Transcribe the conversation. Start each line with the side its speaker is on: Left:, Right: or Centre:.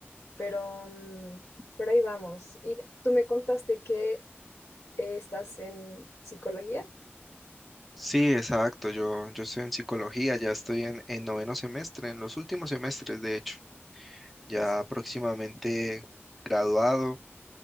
Left: pero, mm, pero ahí vamos. Y tú me contaste que eh, estás en psicología.
Centre: sí, exacto. Yo, yo estoy en psicología, ya estoy en, en noveno semestre, en los últimos semestres, de hecho, ya
Left: Sí.
Centre: próximamente graduado.